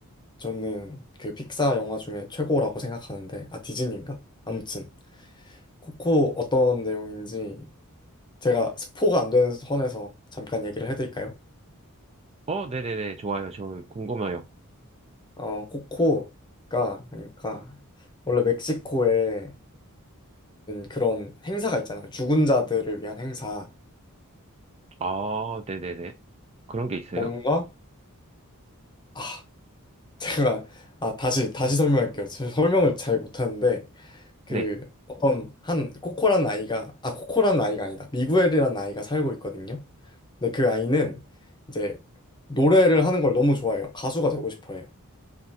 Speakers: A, on the left; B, on the right.
A: 저는 그 픽사 영화 중에 최고라고 생각하는데, 아, 디즈니인가? 아무튼, 코코 어떤 내용인지 제가 스포가 안 되는 선에서 잠깐 얘기를 해드릴까요?
B: 어, 네네네. 좋아요. 저 궁금해요.
A: 어, 코코가 그러니까 원래 멕시코에는 그런 행사가 있잖아요. 죽은 자들을 위한 행사.
B: 아, 네네네. 그런 게 있어요?
A: 뭔가 아, <laughs> 제가 아, 다시 다시 설명할게요. 제가 설명을 잘 못하는데 그
B: 네.
A: 어떤 한 코코라는 아이가 아, 코코라는 아이가 아니다. 미구엘이라는 아이가 살고 있거든요. 근데 그 아이는 이제 노래를 하는 걸 너무 좋아해요. 가수가 되고 싶어 해요.